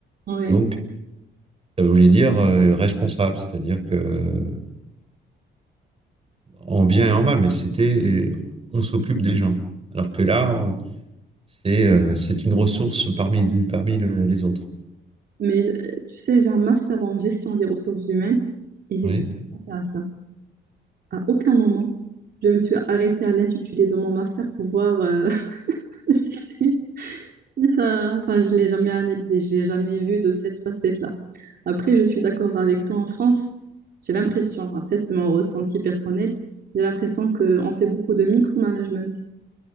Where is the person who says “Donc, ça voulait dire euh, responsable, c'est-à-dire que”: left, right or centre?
Right